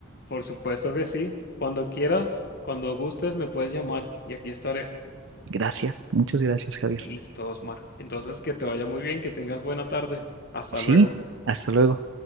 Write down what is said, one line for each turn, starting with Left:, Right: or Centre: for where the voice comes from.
Left: Por supuesto que sí. Cuando quieras, cuando gustes, me puedes llamar y aquí estaré.
Right: Gracias, muchas gracias, Javier.
Left: Listo, Osmar. Entonces, que te vaya muy bien, que tengas buena tarde. Hasta
Right: Sí,
Left: luego.
Right: hasta luego.